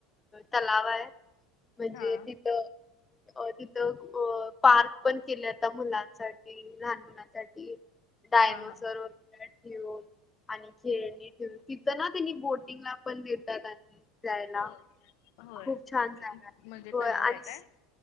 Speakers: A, on the left; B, on the left.
A: तलाव आहे म्हणजे
B: हा
A: तिथं. अ तिथं अ पार्क पण केले होता मुलांसाठी, लहान मुलांसाठी. डायनोसर.
B: हा हा
A: वगैरे आणि खेळणी ठेव तिथं ना त्यांनी बोटिंगला. पण देतात आणि जायला
B: हो होय
A: खूप छान जागा
B: म्हणजे
A: हो
B: तलाव
A: आणि.
B: आहे काय